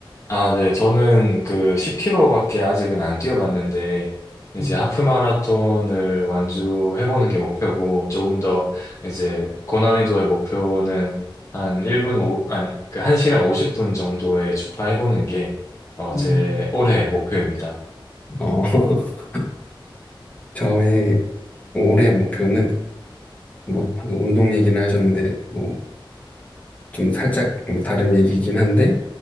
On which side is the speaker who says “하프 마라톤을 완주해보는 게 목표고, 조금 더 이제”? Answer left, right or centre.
Left